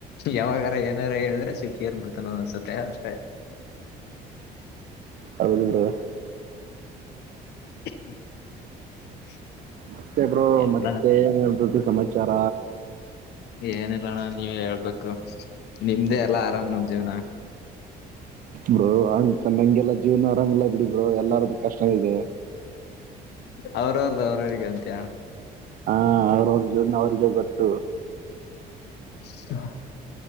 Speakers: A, on the left; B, on the right.
A: ಯಾವಾಗಾರ ಏನಾರ ಹೇಳಿದ್ರೆ ಸಿಟ್ಟಿಗೆ ಎರ್ಬಿಡ್ತಾನೆ ಒಂದೊಂದು ಸತಿ ಅಷ್ಟೆ
B: ಹೌದು ಬ್ರೋ
A: <unintelligible>
B: ಮತ್ತೆ ಬ್ರೋ
A: ಎಲ್ಲ
B: ಮತ್ತೆ ಏನದ್ದು ಸಮಾಚಾರ
A: ಏನಿಲ್ಲಣ್ಣ ನೀವೇ ಹೇಳ್ಬೇಕು ನಿಮ್ದೇ ಎಲ್ಲಾ ಆರಾಮ್ ಜೀವ್ನ
B: ಬ್ರೋ ಅನ್ಕೊಂಡೆಗ್ಲ ಜೀವನ ಆರಾಮಿಲ್ಲಾ ಬಿಡಿ ಬ್ರೋ ಎಲ್ಲಾರ್ದು ಕಷ್ಟ ಇದೆ
A: ಅವರೋವದು ಅವರೋರಿಗೆ ಅಂತೀಯಾ ಅಣ್ಣ
B: ಹಾ ಅವ್ರವ್ರ ಜೀವ್ನ ಅವ್ರಿಗೆ ಗೊತ್ತು
A: <unintelligible>